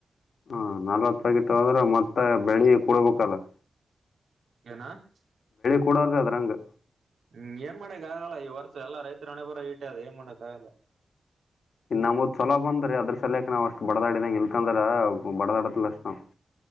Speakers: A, on the left; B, on the right.
A: ಹ ನಲ್ವತ್ತ ಪ್ಯಾಕೆಟ್ ಹೋದ್ರ ಮತ್ತ ಬೆಳಿ ಕುಡ ಬೇಕಲ್ಲ? <unintelligible>
B: ಏನ? <unintelligible>
A: ಕೊಡೋಲ್ರಿ ಅದ್ರಂಗೆ
B: ನೀ ಏನ್ ಮಾಡತ್ತಿ? <unintelligible> ಪ್ಯಾರಲ ಹೊಲಾ ಈ ವರ್ಷ ಎಲ್ಲ ರೈತರ ಹಣೆ ಬರ ಇಟ್ಟೆ ಅದು ಏನ್ ಮಾಡಕ್ಕಾಗಲ್ಲ? <unintelligible>
A: ನಮ್ಮವ ಚೋಲೋ ಬಂದುವರಿ ಅದರ ಸಲವಾಗಿ ನಾವ್ ಅಷ್ಟ ಬಡದಾಡಿದ್ವಿ ಇಲ್ಕಂದ್ರ ಬಡದಾಡುದಿಲ್ಲ ಅಷ್ಟ ನಾವ್ <unintelligible> <unintelligible>